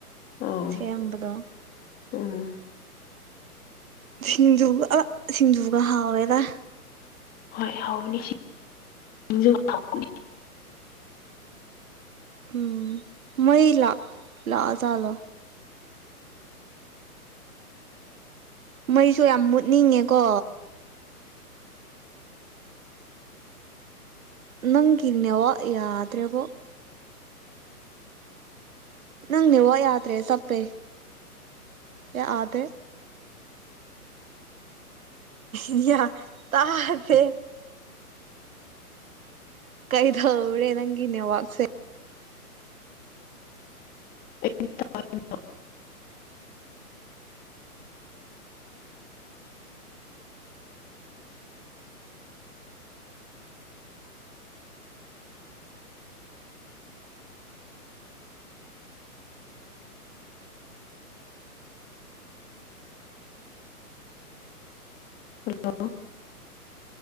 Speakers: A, on the left; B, on the right.
A: ꯑꯣ
B: ꯁꯦꯝꯕꯗꯣ
A: ꯎꯝ
B: ꯁꯤꯡꯖꯒ ꯁꯤꯡꯖꯨꯒ ꯍꯥꯥꯋꯦꯗ
A: ꯍꯣꯏ ꯍꯥꯎꯕꯅꯤ ꯍꯅꯤ
B: ꯎꯝ ꯃꯩ ꯂꯥꯛ ꯂ ꯆꯂ ꯃꯩꯁꯨ ꯌꯥꯝ ꯃꯨꯠꯅꯤꯡꯉꯦꯀꯣ ꯅꯪ ꯏꯗꯅꯦꯦ ꯋꯥꯣ ꯌꯥꯗ꯭ꯔꯦꯕꯣ ꯅꯪ ꯅꯦꯛꯋꯥꯛ ꯌꯥꯗ꯭ꯔꯦ ꯆꯞꯄꯦ ꯌꯥꯗꯦ ꯏꯌꯥ ꯇꯥꯔꯦ ꯀꯩꯗꯧꯔꯦ ꯅꯪꯒꯤ ꯅꯦꯋꯥꯥꯛꯁꯦ
A: <inaudible> ꯍꯜꯂꯣ